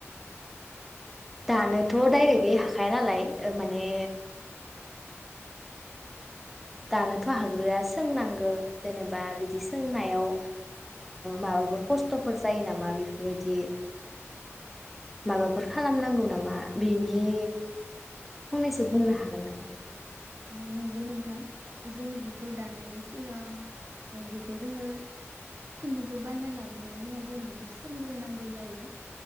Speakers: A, in the centre; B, on the right.
A: दानोथ दायरेखै हाखाया नालाय माने दानोथ' हाग्रोया सोंनांगौ जेनेबा बिदि सोंनायाव माबाफोर ओ खस्थफोर जायो नामा बेफोरबायदि माबाफोर खालामनांगौ नामा बिनि फंनैसो बुंनो हागोन नामा?
B: नंगौ नोंथां जों जिखौ दानायनि सिगां बेखौ जोङो खुन्दुंखौ बायना लाबोनायनि उनाव जों बेखौ सोंग्रोनांगौ जायो।